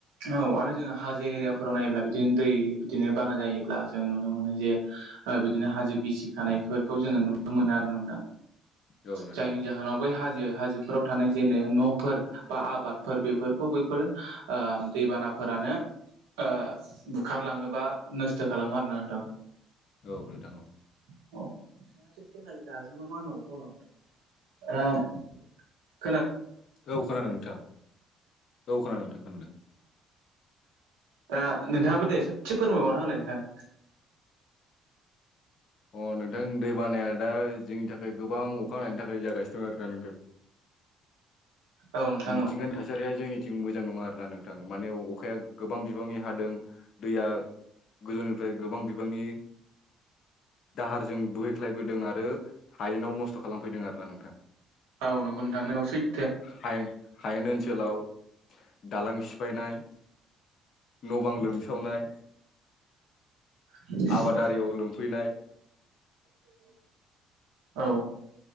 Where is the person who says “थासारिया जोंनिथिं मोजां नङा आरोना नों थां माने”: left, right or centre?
Left